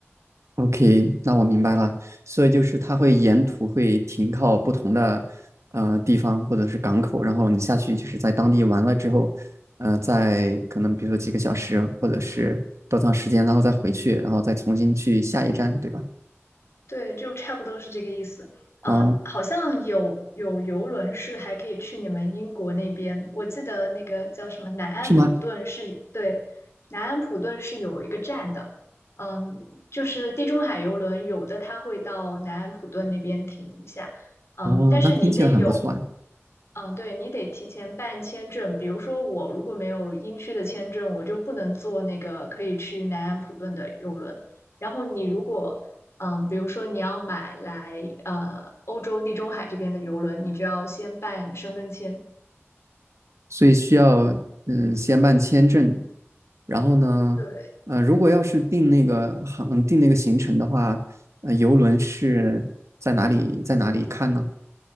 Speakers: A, on the right; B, on the left.
A: ，OK，那我明白了。所以就是它会沿途会停靠不同的呃地方或者是港口，然后你下去就是在当地玩了之后，呃，再可能比如说几个小时或者是多长时间，然后再回去，然后再重新去下一站，对吧？
B: 对，就差不多是这个意思。呃，
A: 啊、
B: 好像有有游轮是还可以去你们英国那边，我记得那个叫什么南安普顿是，
A: 是吗？
B: 对，南安普顿是有一个站的。嗯，就是地中海游轮，有的它会到南安普顿那边停一下。嗯，
A: 哦，
B: 但是你得有，
A: 那听起来很不错啊。
B: 嗯，对，你得提前办签证。比如说我如果没有英区的签证，我就不能坐那个可以去南安普顿的游轮。然后你如果，嗯，比如说你要买来呃欧洲地中海这边的游轮，你就要先办申根签。
A: 所以需要嗯先办签证，然后呢，
B: 对，
A: 呃，如果要是定那个航定那个行程的话，呃，游轮是在哪里在哪里看呢？